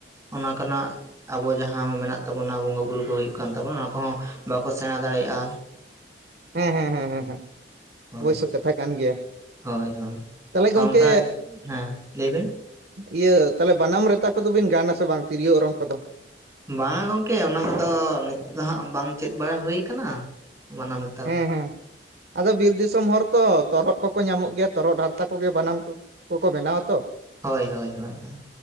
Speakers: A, on the right; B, on the right.
A: ᱚᱱᱟ ᱠᱟᱱᱟᱜ ᱟᱵᱚ ᱡᱟᱦᱟᱸ ᱢᱮᱱᱟᱜ ᱛᱟᱵᱚᱱᱟ ᱵᱚᱸᱜᱟ ᱵᱩᱨᱩ ᱠᱚ ᱦᱩᱭᱩᱜ ᱠᱟᱱ ᱛᱟᱵᱚᱱᱟ ᱚᱱᱟ ᱠᱚᱦᱚᱸ ᱵᱟᱠᱚ ᱥᱮᱸᱬᱟ ᱫᱟᱲᱮᱭᱟᱜᱼᱟ
B: ᱦᱮᱸ ᱦᱮᱸ ᱦᱮᱸ ᱦᱮᱸ ᱦᱮᱸ
A: ᱦᱳᱭ
B: ᱚᱵᱚᱥᱥᱳᱭ ᱠᱟᱛᱷᱟ ᱠᱟᱱ ᱜᱮᱭᱟ
A: ᱦᱳᱭ ᱦᱳᱭ
B: ᱛᱟᱦᱚᱞᱮ
A: ᱚᱱᱠᱟ
B: ᱜᱚᱢᱠᱮ
A: ᱦᱮᱸ ᱞᱟᱹᱭ ᱵᱤᱱ
B: ᱤᱭᱟᱹ ᱛᱟᱦᱚᱞᱮ ᱵᱟᱱᱟᱢ ᱨᱮᱛᱟ ᱠᱚᱫᱚ ᱵᱤᱱ ᱜᱟᱱ-ᱟ ᱥᱮ ᱵᱟᱝ ᱛᱤᱨᱭᱳ ᱚᱨᱚᱝ ᱠᱚᱫᱚ
A: ᱵᱟᱝ - ᱟ ᱜᱚᱝᱠᱮ ᱚᱱᱟ ᱠᱚᱫᱚ ᱱᱤᱛᱚᱜ ᱫᱚ ᱦᱟᱜ ᱵᱟᱝ ᱪᱮᱫ ᱵᱟᱲᱟ ᱦᱩᱭ ᱠᱟᱱᱟ ᱵᱟᱱᱟᱢ ᱜᱮ
B: ᱦᱮᱸ ᱦᱮᱸ ᱟᱫᱚ ᱵᱤᱨ ᱫᱤᱥᱚᱢ ᱦᱚᱲ ᱛᱚ ᱛᱚᱨᱦᱚᱫ ᱠᱚᱠᱚ ᱧᱟᱢᱚᱜ ᱜᱮᱭᱟ ᱛᱚᱨᱦᱚᱫ ᱦᱟᱨᱛᱟ ᱠᱚᱜᱮ ᱵᱟᱱᱟᱢ ᱠᱚ ᱠᱚ ᱵᱮᱱᱟᱣᱟ ᱛᱚ
A: ᱦᱳᱭ ᱦᱳᱭ ᱦᱳᱭ ᱦᱳᱭ